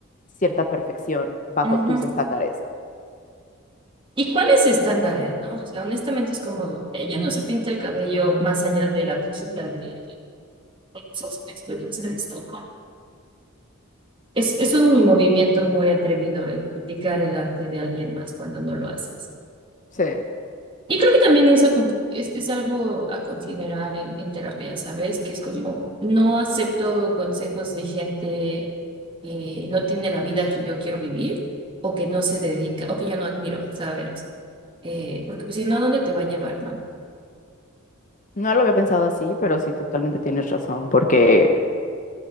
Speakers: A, on the left; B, on the right.
A: cierta perfección bajo
B: ujú.
A: tus estándares.
B: ¿Y cuáles estándares, no? O sea, honestamente es como, ella no se pinta el cabello más allá de la cajita de esos expertos en esto. Es, es un movimiento muy atrevido el criticar el arte de alguien más cuando no lo haces.
A: Sí.
B: Y creo que también eso como es, es algo a considerar en, en terapia, ¿sabes? Que es como, no acepto consejos de gente que no tiene la vida que yo quiero vivir o que no se dedica o que yo no admiro, ¿sabes? Eh, porque pues, si no, ¿a dónde te va a llevar, no?
A: No lo había pensado así, pero sí, totalmente tienes razón, porque,